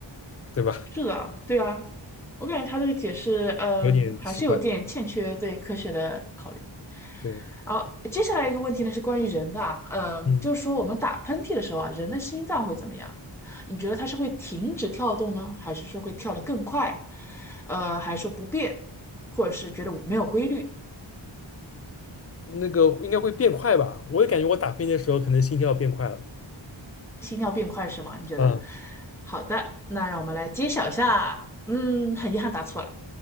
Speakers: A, on the left (about 35°); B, in the centre.
A: 对吧？
B: 是的，
A: <laughs>
B: 对啊，我感觉他这个解释，嗯，
A: 有点奇怪。
B: 还是有点欠缺对科学的考虑。
A: 对，
B: 好，接下来一个问题呢是关于人的啊，嗯，
A: 嗯，
B: 就是说我们打喷嚏的时候啊，人的心脏会怎么样？你觉得它是会停止跳动呢，还是说会跳得更快？呃，还是说不变，或者是觉得没有规律，
A: 那个应该会变快吧？我也感觉我打喷嚏的时候可能心跳变快了。
B: 心跳变快是吗？你觉得？
A: 嗯，
B: 好的，那让我们来揭晓一下。嗯，很遗憾答错了，